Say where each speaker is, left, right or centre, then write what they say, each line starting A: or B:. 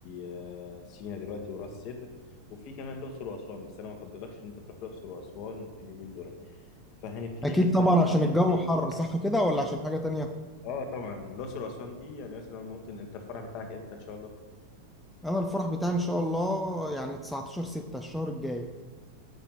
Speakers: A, on the left; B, in the centre.
A: آه، سينا دلوقتي وراس سدر وفي كمان الاقصر واسوان بس انا ما افضلكش ان انت تروح الاقصر واسوان اليومين دول فهنبتدي
B: اكيد
A: مثلا
B: طبعا عشان الجو
A: آه، سي
B: حر صح كده ولا عشان حاجه تانية
A: اه طبعا الاقصر واسوان دي يعني مثلا ممكن انت الفرع بتاعك امتى ان شاء الله
B: انا الفرح بتاعي ان شاء الله يعني 19 6 الشهر الجاي